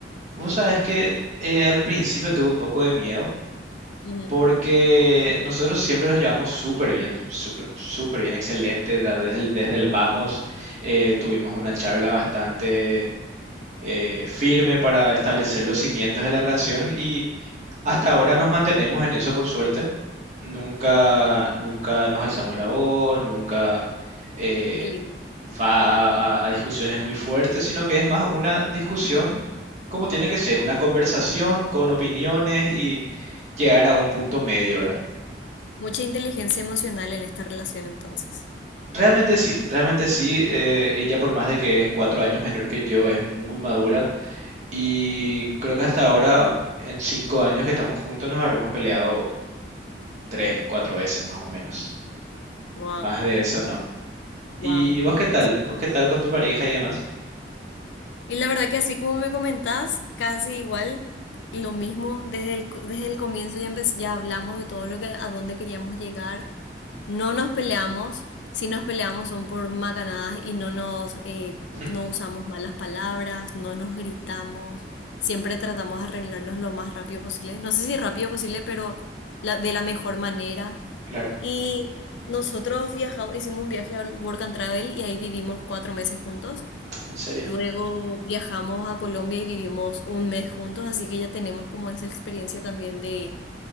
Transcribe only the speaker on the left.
Ujú,
Sí,
qué lindo.
sí.
Mucha inteligencia emocional en esta relación entonces.
Wow,
wow,
impresionante.
Y la verdad que así como me comentás, casi igual, lo mismo, desde el, co- desde el comienzo ya, empe- ya hablamos de todo lo que, a dónde queríamos llegar, no nos peleamos, si nos peleamos son por macanadas y no nos, eh,
no usamos malas palabras, no nos gritamos, siempre tratamos de arreglarnos lo más rápido posible, no sé si rápido posible, pero la- de la mejor manera.
Y nosotros viajamos, hicimos un viaje al Work and Travel y ahí vivimos cuatro meses juntos.
Luego viajamos a Colombia y vivimos un mes juntos, así que ya tenemos como esa experiencia también de,